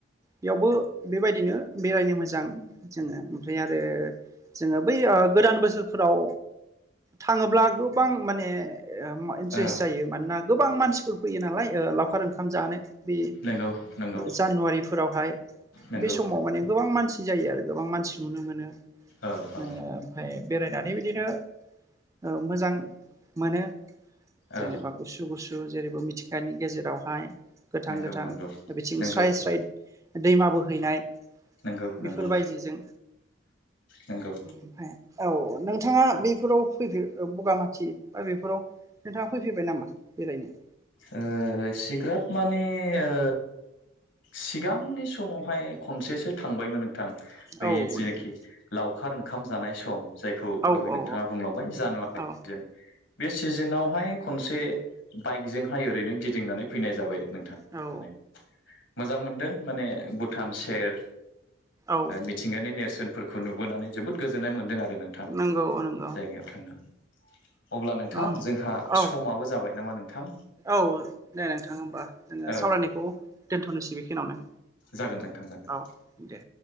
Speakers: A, on the right; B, on the left.
A: बेयावबो बेबायदिनो बेरायनो मोजां जोङो ओमफ्राय आरो जोङो बै ओ गोदान बोसोर फोराव थाङोब्ला गोबां माने ओ इन्ट्रेस्ट
B: औ
A: जायो मानोना गोबां मानसिफोर फैयो नालाय लावखार ओंखाम जानो बे
B: नंगौ नंगौ
A: जानुवारिफोरावहाय
B: नंगौ
A: बे समाव माने गोबां मानसि जायो आरो गोबां मानसि नुनो मोनो ओ
B: औ औ
A: ओमफ्राय बेरायनानै बिदिनो ओ मोजां मोनो जेनेबा
B: औ
A: गुसु गुसु जेरैबो मिथिंगानि गेजेरावहाय गोथां
B: नंगौ
A: गोथां
B: नंगौ
A: बिथिं
B: नंगौ
A: स्राय स्राय दैमा बोहैनाय
B: नंगौ नंगौ
A: बेफोरबायदिजों
B: नंगौ
A: ओमफ्राय औ नोंथाङा बेफोराव फैफेर बगामाथि बा बेफोराव नोंथाङा फैफेरबाय नामा बेरायनो?
B: ओ एसिग्राब माने ओ सिगांनि समावहाय खनसेसो थांबायमोन थां बै
A: औ
B: जेनोखि
A: नोंथां
B: लावखार ओंखाम जानाय सम जायखौ
A: औ
B: दहाय
A: औ
B: नोंथाङा बुंलांबाय जानुवारि
A: औ
B: ज बे सिजोनावहाय खनसे बाइकजोंहाय ओरैनो गिदिंनानै फैनाय जाबाय नोंथां
A: औ
B: माने मोजां मोनदों माने भुटान सेर
A: औ
B: मिथिंगानि नेरसोन फोरखौ नुबोनानै जोबोद गोजोननाय मोनदों आरो नोंथां
A: नंगौ नंगौ
B: जायगायाव थांनानै अब्ला नोंथां
A: औ
B: जोंहा
A: औ
B: समाबो जाबाय नामा नोंथां
A: औ दे नोंथां होमबा जोङो
B: औ
A: सावरायनायखौ दोनथ'नोसै बेखिनियावनो
B: जागोन नोंथां जागोन
A: औ दे